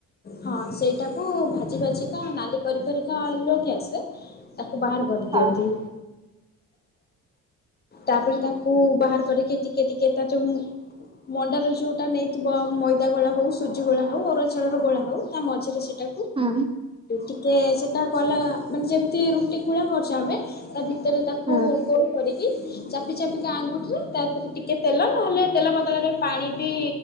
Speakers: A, on the left; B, on the right.
A: ହଁ ସେଇଟାକୁ ଭାଜି ଭାଜିିକା ନାଲି କରି କରିକା ଲଗି ଆସେ। ତାକୁ ବାହାର କରି
B: ହଁ
A: ଦିଅନ୍ତି। ତାପରେ ତାକୁ ବାହାର କରିକି ଟିକେ ଟିକେ ତା ଯୋଉ ମଣ୍ଡାର ଯୋଉଟା ନେଇଥିବ ମଇଦା ଗଳା ହଉ ସୁଜି ଗୋଳା ହଉ ଅରୁଚଳ ର ଗଳା ହଉ ତା ମଝିରେ ସେଟା
B: ହୁଁ
A: ଟିକେ ସେଟା ଗଲା ମାନେ ଯେମିତି ରୁଟି ଗୁଳା କରୁନ୍ତି ତା ଭିତରେ ତାକୁ
B: ହୁଁ
A: କେ କରିକି ଚାପି ଚାପିକା ଆଙ୍ଗୁଠିରେ ତା ଦେରେ ଟିକେ ତେଲ ନହେଲେ ତେଲ ବଦଳରେ ପାଣି ବି